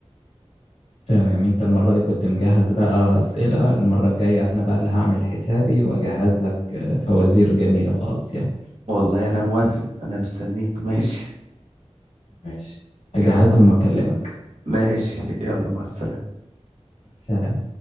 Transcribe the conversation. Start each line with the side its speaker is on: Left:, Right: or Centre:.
Left: تمام أنت المرة دي كنت مجهز بقى أسئلة المرة الجاية أنا بقى اللي هعمل حسابي وأجهز لك آه، فوازير جميلة خالص يعني
Right: والله أنا موافق أنا مستنيك ماشي
Left: ماشي أجهزهم
Right: يلا
Left: وأكلمك
Right: ماشي يلا مع السلامة
Left: سلام